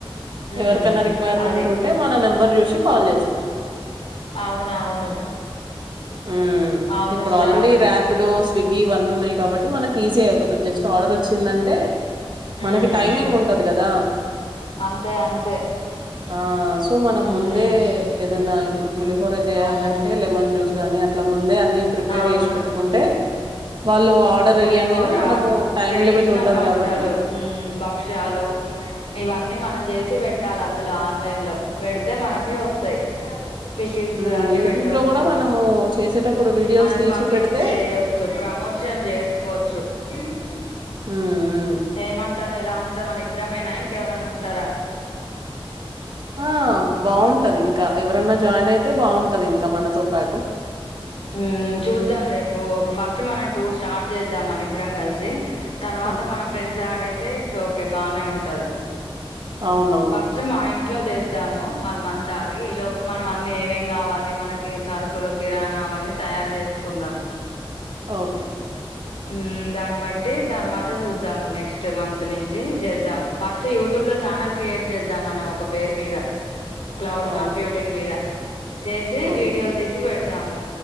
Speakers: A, on the left; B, on the right.
A: ఉమ్
B: ఎవరికైనా రిక్వైర్మెంట్
A: అది
B: ఉంటే మన నెంబర్ చూసి కాల్ చేస్తారు.
A: అవునవును
B: హ్మ్మ్
A: అవును అవును
B: ఇప్పుడు
A: శ్రావణి
B: ఆల్రెడీ ర్యాపిడో స్విగ్గి ఇవన్నీ ఉన్నాయి. కాబట్టి మన ఈజీ అయిపోతుంది జస్ట్ ఆర్డర్ వచ్చిందంటే
A: ఉమ్
B: మనకి టైమింగ్ ఉంటది కదా
A: అంతే అంతే
B: ఆ సో మనం
A: ఉమ్
B: ముందే ఏదన్నా ఇప్పుడు పులిహోర చేయాలంటే
A: అవును
B: లెమన్ జ్యూస్ గాని అట్లా ముందే అన్ని ప్రిపేర్
A: అవును
B: చేసి పెట్టుకుంటే వాళ్ళు ఆర్డర్
A: పులిహోర
B: ఇయ్యంగానే మనము
A: హమ్
B: టైం
A: ట్రెడిషనల్
B: లిమిట్ ఉంటది
A: వంటలు
B: కాబట్టి
A: భక్ష్యాలు ఇవన్నీ మనం చేసి పెట్టాలా అందులో ఆన్లైన్ లో పేడితే మనకే వస్తాయి పీకే
B: హ్మ్
A: అన్ని
B: యూట్యూబ్
A: పెట్టచ్చు
B: లో కూడా మనము చేసేటప్పుడు వీడియోస్
A: మనది
B: తీసి
A: పబ్లిక్
B: పెడితే
A: చేయొచ్చు ప్రమోషన్ చేసుకోవచ్చు. <unintelligible>
B: హ్మ్ హ్మ్
A: ఏమంటావు ఎలా అన్ ఇక మన ఇద్ద్రమైనా ఇంకెవరన్నా ఉంటారా
B: ఆ బాగుంటది ఇంకా ఎవరన్నా జాయిన్ అయితే బాగుంటది ఇంకా మనతో పాటు
A: హ్మ్మ్ చూద్దాం రేపు ఒక ఫస్ట్ మనం టూ స్టార్ట్ చేద్దాం మన ఇద్దరం కలిసి తర్వాత
B: ఓకే
A: మన ఫ్రెండ్స్ యాడైతే సోకే బానే ఉంటది.
B: అవునవును.
A: ఫస్ట్ మా ఇన్ ఇట్లో చేద్దాము వన్ మంత్ ఆగి ఈ లోపు మనం అన్ని ఏమేం కావాలి మనకి సరుకులు కిరాణ అవన్నీ తయారు చేసుకుందాం
B: ఓకే
A: ఉ దాన్ని బట్టి తర్వాత చూ ద్దాం నెక్స్ట్ మంత్ నుంచి చేద్దాం ఫస్ట్ యూట్యూబ్ లో ఛానల్ క్రియేట్ చేద్దాం మనం ఒక పేరు మీద క్లౌడ్ కంప్యూటింగ్
B: ఓకే.
A: మీద చేసి
B: ఓకే.
A: వీడియోలు తీసి పెడత ద్దాము